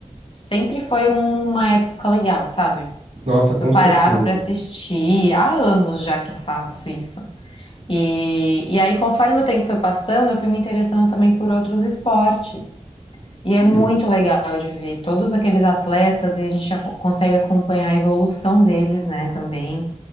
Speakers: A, on the left; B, on the right.
A: sempre foi uma época legal, sabe?
B: Nossa, com
A: Eu parava
B: certeza.
A: pra assistir há anos já que eu faço isso. E, e aí, conforme o tempo foi passando, eu fui me interessando também por outros esportes. E é
B: Hum.
A: muito legal de ver todos aqueles atletas e a gente aco- consegue acompanhar a evolução deles, né, também.